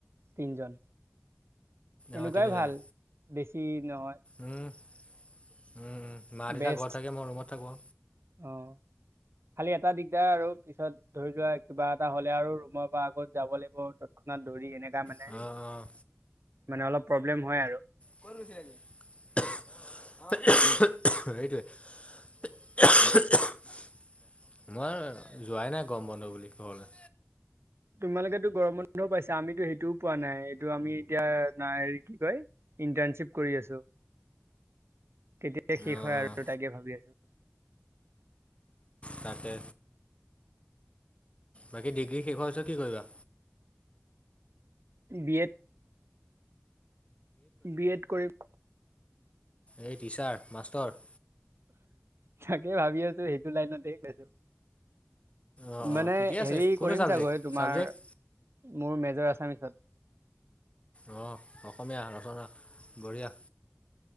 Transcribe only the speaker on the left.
অঁ তিনিজনে
মা- দেউতা
ঘৰত থাকে মই ৰুমত থাকো।
আৰু অঁ অঁ
<unintelligible> সেইটোৱেই- মই যোৱাই নাই গম বন্ধু বুলি ক'বলৈ।
অঁ
তাকে বাকী ডিগ্ৰী শেষ হোৱা পিছত কি কৰিবা?
এই টিচাৰ মাষ্টৰ।
অঁ অঁ
ঠিকেই আছে
কোনটো
ছাবজেক্ট
ছাবজেক্ট
আহ অসমীয়া ৰচনা- বঢ়িয়া